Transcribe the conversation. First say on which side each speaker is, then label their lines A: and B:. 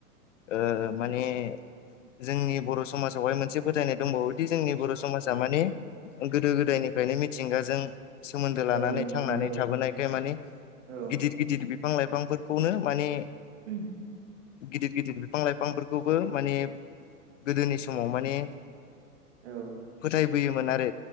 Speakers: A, on the left; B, on the right.
A: ओ माने जोंनि बर' समाजावहाय मोनसे फोथायनाय दंबावोदि जोंनि बर' समाजा मानि गोदो गोदायनिफ्रायनो मिथिंगाजों सोमोन्दो लानानै
B: औ नोंथां
A: थांनानै
B: औ
A: थाबोनायखाय मानि
B: औ
A: गिदिर गिदिर बिफां लाइफांफोरखौनो माने
B: उम।
A: गिदिर गिदिर बिफां लाइफांफोरखौबो माने गोदोनि समाव माने
B: औ।
A: फोथायबोयोमोन आरो